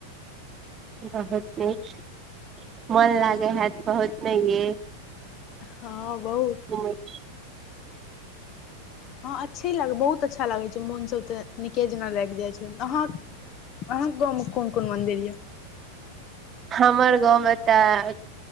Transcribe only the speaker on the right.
बहुत नीक छै मन लागै हैत बहुत नैय।
ह <unintelligible>
हमर गाँव मे तऽ